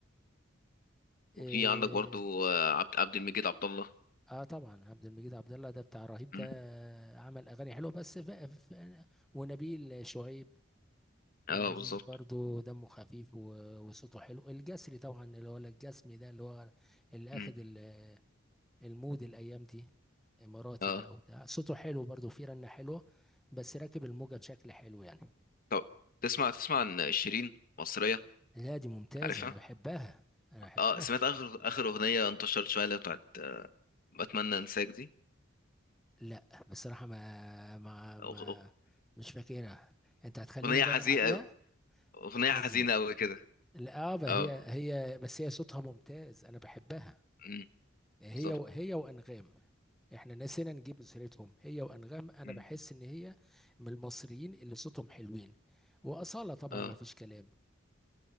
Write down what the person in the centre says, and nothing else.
إيه
اه طبعا عبد المجيد عبد الله ده بتاع رهيب ده
عمل اغاني حلوه بس ف... ف... ونبيل شعيب
اللذيذ
برضو دمه خفيف و- وصوته حلو الجسري طبعا اللي هو الجسمي ده اللي هو اللي
اخد ال- المود الايام دي اماراتي
بقى وبتاع صوته حلو برضو فيه رنة حلوة بس راكب الموجة بشكل حلو يعني
لا دي ممتازة
انا بحبها انا بحبها
لا بصراحة ما ما ما
مش فاكرها انت هتخليني
ادور
عليها
حزين
لا آه، هي
هي بس هي صوتها ممتاز انا بحبها
هي
و... هي وانغام احنا نسينا نجيب سيرتهم هي وانغام انا
بحس ان هي من المصريين اللي صوتهم حلوين واصاله طبعا
ما فيش كلام